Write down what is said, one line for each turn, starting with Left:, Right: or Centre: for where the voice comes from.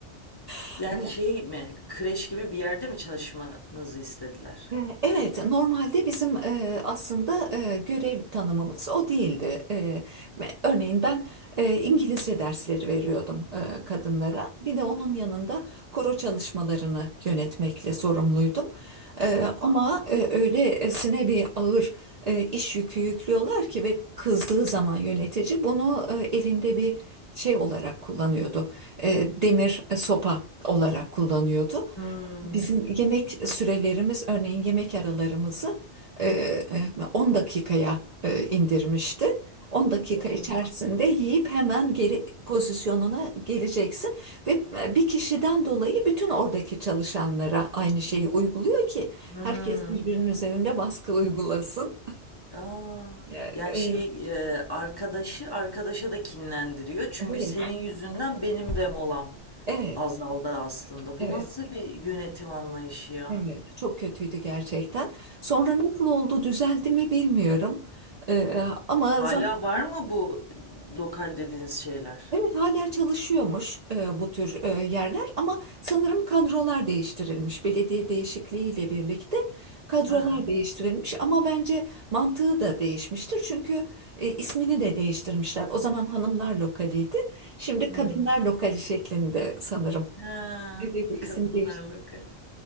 Right: <laughs>
Left: Yani şey mi, kreş gibi bir yerde mi çalışmanızı istediler?
Right: E, Evet, normalde bizim e, aslında e, görev tanımımız o değildi. E, örneğin ben e, İngilizce dersleri veriyordum e, kadınlara. Bir de onun yanında koro çalışmalarını yönetmekle sorumluydum. E, ama e, öylesine bir ağır e, iş yükü yüklüyorlar ki ve kızdığı zaman yönetici bunu e, elinde bir şey olarak kullanıyordu. E, demir e, sopa olarak kullanıyordu.
Left: Hmm.
Right: Bizim yemek sürelerimiz örneğin yemek aralarımızı e, e, 10 dakikaya e, indirmişti. 10 dakika
Left: Oha.
Right: içerisinde yiyip hemen geri pozisyonuna geleceksin ve bir kişiden dolayı bütün oradaki çalışanlara aynı şeyi uyguluyor ki
Left: Hmm.
Right: herkes birbirinin üzerinde baskı uygulasın.
Left: Aa,
Right: E,
Left: yani
Right: e,
Left: şey e, arkadaşı arkadaşa da kinlendiriyor. Çünkü
Right: Değil.
Left: senin yüzünden benim de molam
Right: Evet,
Left: azaldı aslında.
Right: evet,
Left: Bu nasıl bir yönetim anlayışı ya?
Right: evet. Çok kötüydü gerçekten. Sonra nasıl oldu, düzeldi mi bilmiyorum. E, ama
Left: Hala var mı bu lokal dediğiniz şeyler?
Right: Evet hala çalışıyormuş e, bu tür e, yerler ama sanırım kadrolar değiştirilmiş. Belediye değişikliğiyle birlikte kadrolar
Left: Hı hı.
Right: değiştirilmiş ama bence mantığı da değişmiştir. Çünkü e, ismini de değiştirmişler. O zaman hanımlar lokaliydi. Şimdi
Left: Hı
Right: kadınlar
Left: hı.
Right: lokali şeklinde sanırım.
Left: Ha,
Right: Böyle bir isim
Left: kadınlar
Right: değişti.
Left: lokali.